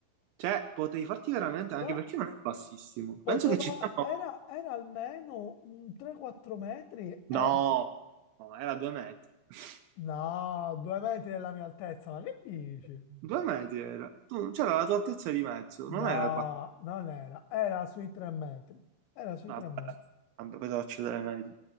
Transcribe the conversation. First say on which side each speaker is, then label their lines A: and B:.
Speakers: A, on the right; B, on the left.
A: Cioè, potevi farti veramente,
B: no,
A: anche perché non è bassissimo.
B: poteva,
A: Penso che ci siano...
B: era, era almeno un 3-4 metri e...
A: No, no, era due metri. <laughs>
B: No, 2 metri della mia altezza, ma che dici?
A: Due metri era. Tu, c'era la tua altezza di mezzo, non
B: No,
A: era quattro...
B: non era, era sui 3 metri, era sui
A: Vabbè,
B: 3 metri.
A: vabbè, poi devo accedere meglio.